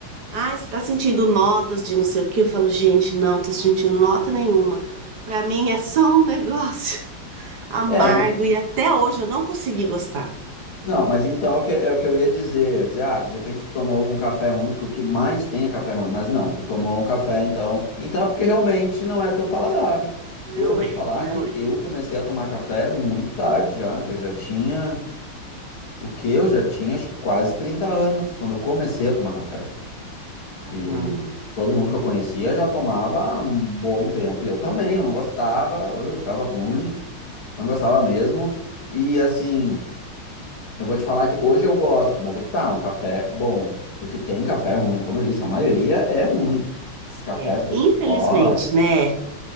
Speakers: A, on the right (about 60°); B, on the left (about 80°).
A: Ah, você tá sentindo notas de não sei o quê? Eu falo, gente, não, tô sentindo nota nenhuma. Pra mim é só um negócio <laughs> amargo
B: É, en-
A: e até hoje eu não consegui gostar.
B: não, mas então é o que, é o que eu ia dizer. Eu ia dizer, ah, de repente tu tomou algum café ruim, porque o que mais tem é café ruim. Mas não, tu tomou um café, então. Então é porque realmente não é teu paladar.
A: Não
B: Eu vou
A: é,
B: te falar
A: não
B: que
A: é.
B: eu comecei a tomar café muito tarde já. Eu já tinha, o quê? Eu já tinha acho que quase 30 anos quando eu comecei a tomar café.
A: Aham,
B: E todo mundo que eu conhecia já tomava há um bom tempo. E eu também, eu não gostava, eu achava ruim, não gostava mesmo. E assim, eu vou te falar que hoje eu gosto, mas é que tá, um café bom. Porque tem café ruim, como eu disse, a maioria é ruim. Esses cafés
A: é.
B: super
A: Infelizmente,
B: fortes.
A: né?